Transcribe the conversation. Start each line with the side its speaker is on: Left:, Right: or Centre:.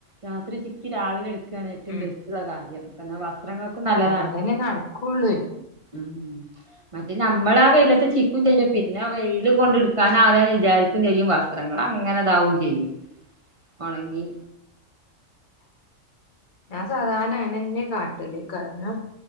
Right: രാത്രി ചിക്കി രാവിലെ എടുക്ക ഇതാണ് ഏറ്റവും
Left: ഉം
Right: ബെസ്റ്റുള്ള കാര്യം എന്നാ വസ്ത്രങ്ങൾക്കും നല്ലതാണ്
Left: അതന്നെ നടക്കുള്ളൂ
Right: ഉ മറ്റേ നമ്മള ആ വെയിലത്ത് ചിക്കും ചെയ്യണ് പിന്നെ വെയില് കൊണ്ടടു കാരണം അവനോന് വിചാരിക്കും ചെയ്യും വസ്ത്രങ്ങൾ അങ്ങനെതാവും ചെയ്യും ഒണങ്ങി
Left: ഞാൻ സാധാരണ അയിന് അന്നെ കാട്ടല് കാരണം